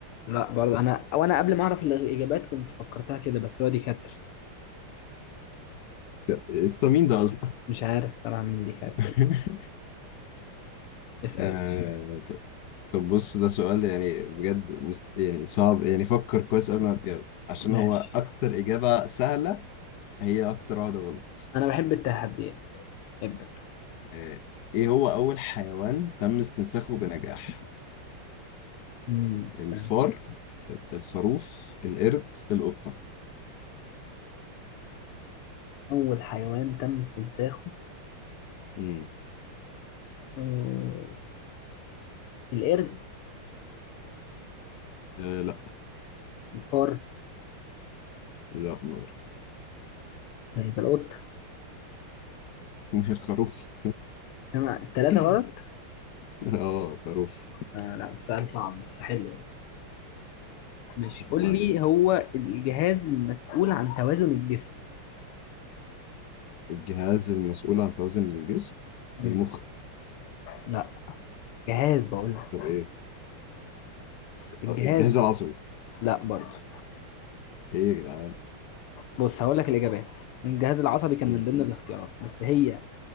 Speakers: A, on the left; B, on the left.
A: لا برضه انا وانا قبل ما اعرف الاجابات كنت فكرتها كده بس هو ديكارت
B: لسه مين ده أصلا؟
A: مش عارف صراحة مين ديكارت
B: <laughs>
A: اسأل
B: آه...
A: يا باشا
B: طب طب بص ده سؤال يعني بجد مست... يعني صعب يعني فكر كويس قبل ما تجاوب عشان
A: ماشي
B: هو أكتر إجابة سهلة هي أكتر واحدة غلط
A: أنا بحب التحديات ابدأ
B: آه... إيه هو أول حيوان تم استنساخه بنجاح؟
A: امم
B: الفار
A: فهمت
B: الخروف القرد القطة
A: أول حيوان تم استنساخه
B: مم.
A: آه، القرد
B: آه لا
A: الفار
B: لا ما أعرف.
A: يبقى القطة
B: <laughs> الخروف
A: أنا التلاتة
B: <laughs>
A: غلط
B: اه خروف
A: آه لا السؤال صعب بس حلو يعني ماشي
B: طب
A: قول
B: عليك
A: لي هو الجهاز المسؤول عن توازن الجسم
B: الجهاز المسؤول عن توازن الجسم
A: امم
B: المخ
A: لا جهاز بقول لك
B: طب ايه
A: بس الجهاز
B: آه، الجهاز العصبي
A: لا برضه
B: ايه يا جدعان
A: بص هقول لك الإجابات الجهاز العصبي كان
B: قول
A: من ضمن
B: طيب
A: الاختيارات بس هي